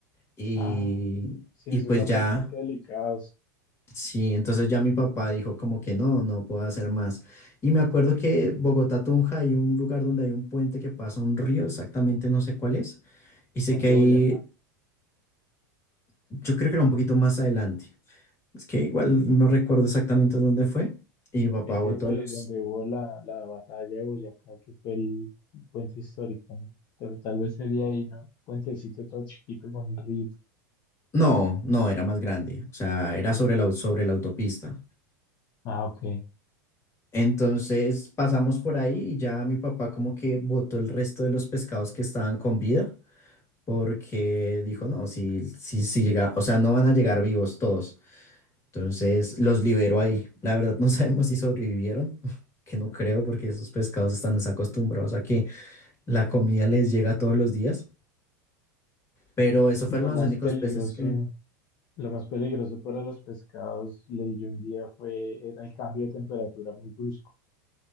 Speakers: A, on the left (about 25°); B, on the left (about 45°).
A: y,
B: Ah, sí,
A: y
B: esos
A: pues
B: son
A: ya
B: bastante delicados.
A: Sí, entonces ya mi papá dijo como que no, no puedo hacer más. Y me acuerdo que Bogotá Tunja hay un lugar donde hay un puente que pasa un río, exactamente no sé cuál es, y sé
B: Puente
A: que ahí,
B: Boyacá
A: yo creo que era un poquito más adelante. Es que igual no recuerdo exactamente dónde fue. Y mi papá
B: Es
A: botó
B: donde,
A: los...
B: donde hubo la, la batalla de Boyacá, que fue el puente histórico, ¿no? Tal, tal vez sería ahí, ¿no? Puentecito todo chiquito con un río.
A: No, no, era más grande, o sea, era sobre la, au- sobre la autopista.
B: Ah, ok.
A: Entonces pasamos por ahí y ya mi papá como que botó el resto de los pescados que estaban con vida porque dijo, no, si, si, si llega, o sea, no van a llegar vivos todos. Entonces los liberó ahí. La verdad <laughs> no sabemos si sobrevivieron, <laughs> que no creo porque esos pescados están desacostumbrados a que la comida les llega todos los días. Pero eso fueron
B: Lo
A: los
B: más
A: únicos
B: peligroso,
A: peces que...
B: lo más peligroso para los pescados, leí yo un día, fue, era el cambio de temperatura muy brusco.